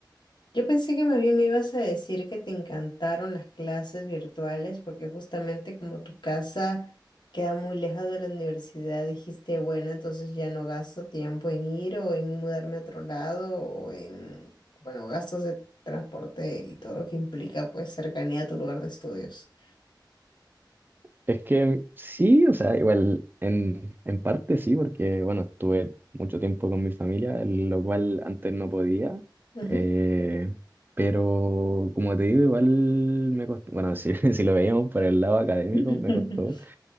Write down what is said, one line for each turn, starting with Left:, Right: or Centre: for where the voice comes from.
Left: Yo pensé que más bien me ibas a decir que te encantaron las clases virtuales porque justamente como tu casa queda muy lejos de la universidad, dijiste, bueno, entonces ya no gasto tiempo en ir o en mudarme a otro lado o en, bueno, gastos de transporte y todo lo que implica pues cercanía a tu lugar de estudios.
Right: Es que sí, o sea, igual en, en parte sí, porque bueno, estuve mucho tiempo con mi familia, lo cual antes no podía,
Left: Ujú.
Right: eh, pero como te digo, igual me costó, bueno, si, <laughs> si lo veíamos por el lado académico,
Left: <laughs>
Right: me costó,